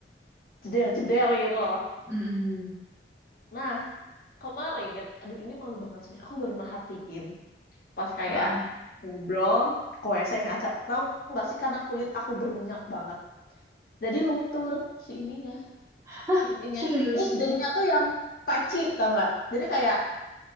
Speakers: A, on the left; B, on the right.
A: jeder-jeder gitu loh.
B: Mm-mm.
A: Nah, kemarin, aduh ini malu banget sebenarnya, aku baru merhatiin pas kayak
B: Ah.
A: ngobrol, koe saya ngaca, tahu nggak sih karena kulit aku berminyak banget, jadi luntur si ininya
B: Hah,
A: intinya
B: serius?
A: terus jadinya tuh yang peci tau nggak jadi kayak